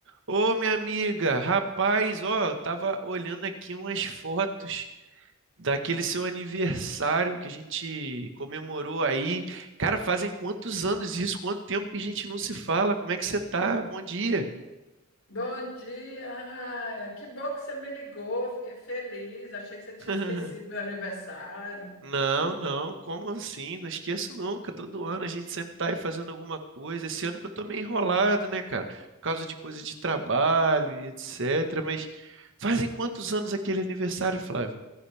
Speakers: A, on the right; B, on the left.
A: Ô, minha amiga, rapaz, ó, eu tava olhando aqui umas fotos daquele seu aniversário que a gente comemorou aí. Cara, fazem quantos anos isso? Quanto tempo que a gente não se fala? Como é que você tá? Bom dia.
B: Bom dia, Raia. Que bom que você me ligou. Fiquei feliz. Achei que você tinha
A: <laughs>
B: esquecido meu aniversário.
A: Não, não, como assim? Não esqueço nunca. Todo ano a gente sempre tá aí fazendo alguma coisa. Esse ano que eu tô meio enrolado, né, cara? Por causa de coisa de trabalho e etc. Mas fazem quantos anos aquele aniversário, Flávio?